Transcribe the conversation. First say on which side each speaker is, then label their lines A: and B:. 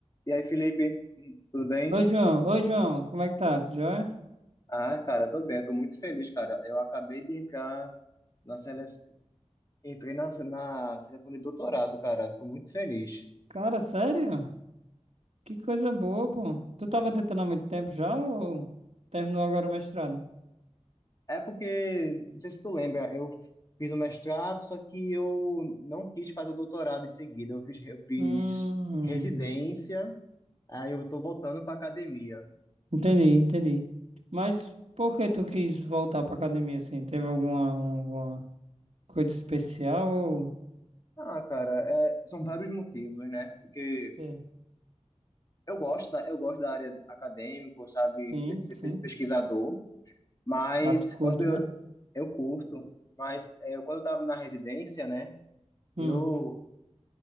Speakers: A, on the left; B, on the right.
A: E aí, Felipe, tudo bem?
B: Oi, João. Oi, João. Como é que tá? Tu joia?
A: Ah, cara, tô bem, tô muito feliz, cara. Eu acabei de entrar na seleção, entrei na, na seleção de doutorado, cara. Tô muito feliz.
B: Cara, sério? Que coisa boa, pô. Tu tava tentando há muito tempo já ou terminou agora o mestrado?
A: É porque, não sei se tu lembra, eu fiz o mestrado, só que eu não quis fazer o doutorado em seguida. Eu fiz, eu fiz
B: Hum,
A: residência, aí eu tô voltando pra academia.
B: entendi, entendi. Mas por que tu quis voltar pra academia assim? Teve alguma, alguma coisa especial ou...
A: Ah, cara, é, são vários motivos, né? Porque
B: É.
A: eu gosto da, eu gosto da área acadêmica, sabe,
B: Sim,
A: pe- ser
B: sim.
A: pe- pesquisador. Mas
B: Ah, tu curte,
A: quando eu,
B: né?
A: eu curto, mas é, eu, quando eu estava na residência, né?
B: Hum,
A: Eu